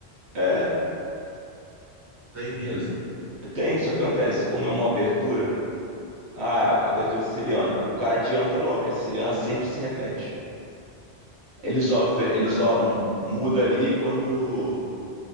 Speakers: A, on the right; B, on the right.
A: é,
B: Tem vídeo
A: ele-
B: assim?
A: tem, só que acontece, como é uma abertura, ah, a
B: Hum,
A: abertura siciliana, o cara adianta logo, porque a siciliana sempre se repete. Ele só vê- ele
B: Certo.
A: só muda ali quando